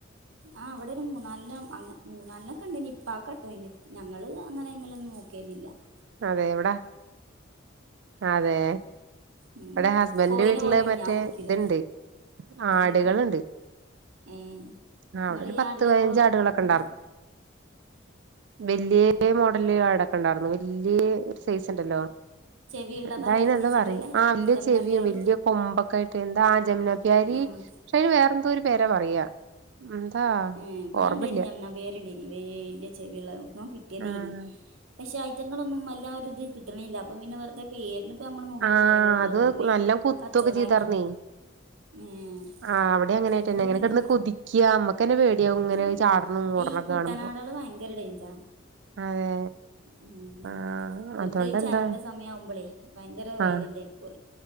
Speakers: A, on the right; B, on the right.
A: ആഹ് അവിടെ ഒരു മൂന്നാലാം മൂന്നാല ഒക്കെ ഉണ്ടേനി ഇപ്പാ ആ ഘട്ടം ഒഴിഞ് ഞങ്ങള് അങ്ങനെ ഒന്ന് നോക്കും കേലില്ല <unintelligible>
B: അതെ എവിട അതെ
A: ഉം
B: ഇവിടെ ഹസ്ബൻഡന്റെ
A: കോയിനെ
B: വീട്ടില്
A: പോലും
B: മറ്റേ
A: ഞാൻ പിടിക്കൂല
B: ഇതയുണ്ട് ആടുകളുണ്ട്
A: എന്ന് ഏഹ്
B: ആഹ്
A: ഇങ്ങളി
B: അവിടെ ഒരു പത്ത്
A: ആടിനൊക്കെ
B: പതിനഞ്ച് ആടുകളൊക്കെ
A: ഉം
B: വല്യേ മോഡല് ആടൊക്കെ ഉണ്ടാര്ന്നു വല്യേ ഒരു സൈസ് ഇണ്ടല്ലോ
A: ചെവിയുള്ളതാ
B: എന്തായിന്
A: വല്യ
B: എന്താ
A: ചെവിയുള്ള
B: പറയും ആഹ് വല്യ
A: ജമുനാപ്യാരി
B: ചെവിയും വല്യ കൊമ്പൊക്കെ ആയിട്ട് എന്താ ആഹ് ജമ്നാപ്യാരി
A: ആഹ്
B: പക്ഷെ അയിന് വേറെന്തോ ഒരു പേരാ പറയാ എന്താ
A: ഉം ഇവിടെ
B: ഓർമ്മല്ല
A: ഇണ്ടേനി ജമ്നാപ്യാരി ഇണ്ടേനി വല്യ ചെവിയുള്ളത് എവിട്ന്നോ കിട്ടിയതേനി
B: ആഹ്
A: പക്ഷെ ഐറ്റങ്ങളൊന്നും വല്ലാ ഒരിത് കിട്ടണില്ല അപ്പൊ പിന്നെ വെറുതെ പേരിന് ഇത് ഞമ്മള് നോക്കിട്ടും
B: ആഹ്
A: കാര്യമില്ലല്ലോ
B: അത്
A: അതോണ്ട് വേഗം
B: നല്ലോം കുത്തൊക്കെ
A: കച്ചോടാക്കി
B: ചെയ്താർന്നേ
A: ഉം
B: ആഹ് അവിടെ അങ്ങനായിട്ടന്നെ
A: കൊമ്പ് ഉണ്ടെങ്കി
B: ഇങ്ങനെ കെടന്ന് കൊതിക്ക അമ്മക്കന്നെ പേടിയാവും ഇങ്ങനെ
A: ഉം
B: ചാടണും ഓടണൊക്കെ
A: ഈ കുട്ടനാടുകള്
B: കാണുമ്പോ
A: ഭയങ്കര ഡേഞ്ചറാ
B: അതെ
A: ഉം
B: ആഹ്
A: അവർക്ക്
B: അതോണ്ടെന്താ
A: ഈ ചെനെന്റെ സമയാവുമ്പളേ ഭയങ്കര വൈലന്റായിരിക്കു
B: ആഹ്
A: ഓല്